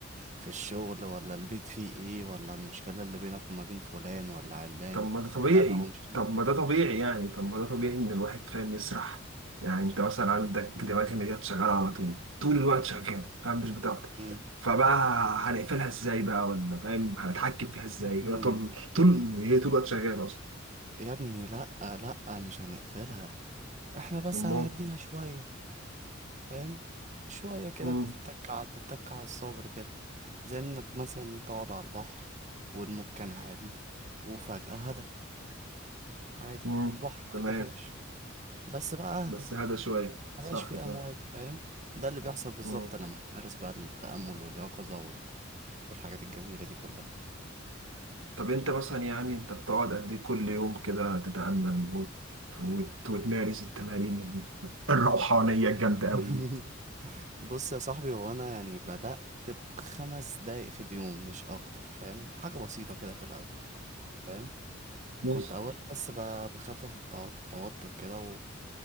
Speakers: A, on the right; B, on the right.
A: في الشغل ولا البيت فيه ايه ولا المشكلة اللي بينك وما بين فلان ولا علان
B: طب ما ده طبيعي
A: لا لا هو مش
B: طب ما ده طبيعي يعني طب ما ده طبيعي ان الواحد فاهم يسرح يعني انت مثلا عندك دماغ المديات شغاله على طول طول الوقت شغاله فاهم مش بتعطل
A: مم.
B: فبقى هنقفلها ازاي بقى ولا فاهم هنتحكم فيها ازاي
A: يا ابني
B: هي طول طول هي طول الوقت شغاله اصلا
A: يا ابني لا لا مش هنقفلها احنا بس
B: امال
A: هنهديها شوية فاهم شوية كده
B: امم
A: تتكع تتكع على الصبر كده زي انك مثلا تقعد على البحر والموج كان عالي وفجأة هدى عادي
B: امم
A: البحر ما
B: تمام
A: اختفاش بس بقى
B: بس
A: اهدى
B: هذا شويه صح
A: مبقاش فيه
B: فاهم
A: امواج فاهم ده اللي بيحصل بالظبط
B: مم.
A: لما تمارس بقى التأمل واليقظة وال... والحاجات الجميلة دي كلها
B: طب انت مثلا يعني انت بتقعد قد ايه كل يوم كده تتامل وت- وت- وتمارس التمارين ال- الروحانيه الجامده
A: <laughs>
B: قوي دي
A: بص يا صاحبي هو انا يعني بدأت بخمس دقايق في اليوم مش اكتر فاهم حاجة بسيطة كده في الاول فاهم
B: ماشي
A: كنت أولها بس ب- بخفف التو- التوتر كده